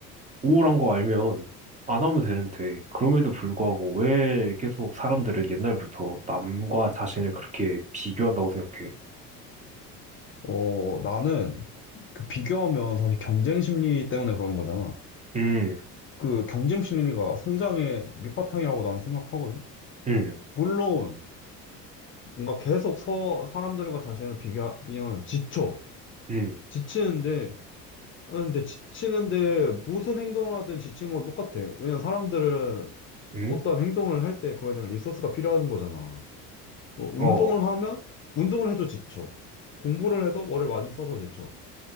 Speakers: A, on the right; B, on the left.
A: 우울한 거 알면 안 하면 되는데, 그럼에도 불구하고 왜 계속 사람들은 옛날부터 남과 자신을 그렇게 비교한다고 생각해?
B: 어, 나는 그 비교하면 사실 경쟁 심리 때문에 그러는 거잖아.
A: 음,
B: 그 경쟁 심리가 성장의 밑바탕이라고 나는 생각하거든.
A: 음,
B: 물론, 뭔가 계속 서, 사람들과 자신을 비교하면 지쳐.
A: 음,
B: 지치는데, 아, 근데 지치는데 무슨 행동을 하든 지친 건 똑같아. 왜냐면 사람들은
A: 음,
B: 어떤 행동을 할 때 그거에 대한 리소스가 필요한 거잖아. 뭐 운동을
A: 어,
B: 하면, 운동을 해도 지쳐. 공부를 해도 머리를 많이 써서 지쳐.